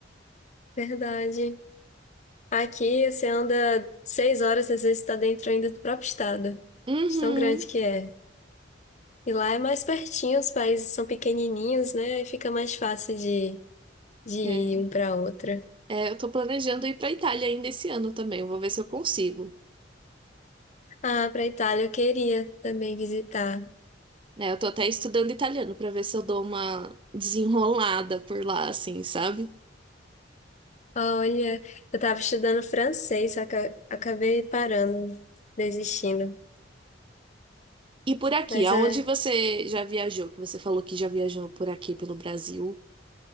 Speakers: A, on the left (about 40°); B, on the right (about 30°).
A: verdade. Aqui você anda seis horas, às vezes está dentro ainda do próprio estado.
B: Uhum.
A: De Tão grande que é. E lá é mais pertinho, os países são pequenininhos, né? E fica mais fácil de, de ir
B: É.
A: um para outro.
B: É, eu tô planejando ir para Itália ainda esse ano também, eu vou ver se eu consigo.
A: Ah, pra Itália eu queria também visitar.
B: É, eu tô até estudando italiano para ver se eu dou uma desenrolada por lá, assim, sabe?
A: Olha, eu tava estudando francês, só que eu acabei parando, desistindo.
B: E por aqui,
A: Mas
B: aonde
A: é,
B: você já viajou? Que você falou que já viajou por aqui pelo Brasil.